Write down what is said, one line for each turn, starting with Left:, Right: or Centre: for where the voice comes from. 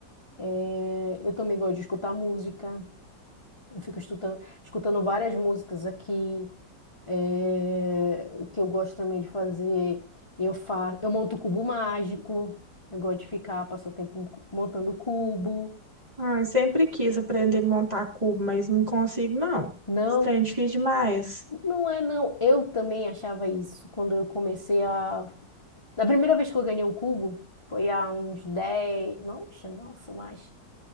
Left: É, eu também gosto de escutar música. Eu fico escutando, escutando várias músicas aqui. É, o que eu gosto também de fazer, eu faço, eu monto cubo mágico. Eu gosto de ficar, passar o tempo montando cubo.
Right: Ai, sempre quis aprender a montar cubo, mas não consigo, não.
Left: Não,
Right: Isso é difícil demais.
Left: não é não. Eu também achava isso quando eu comecei a. Da primeira vez que eu ganhei um cubo, foi há uns 10. Nossa, nossa, mais.